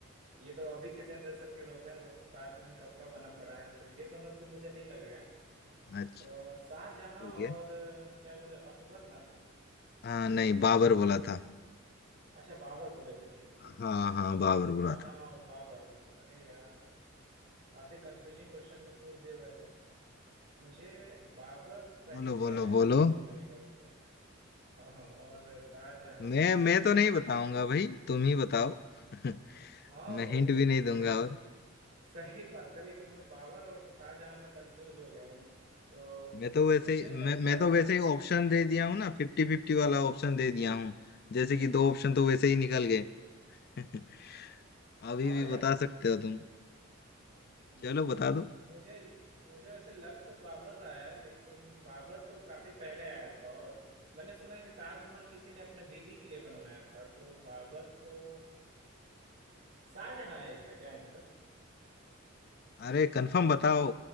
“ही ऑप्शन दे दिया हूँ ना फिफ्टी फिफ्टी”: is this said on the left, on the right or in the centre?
Left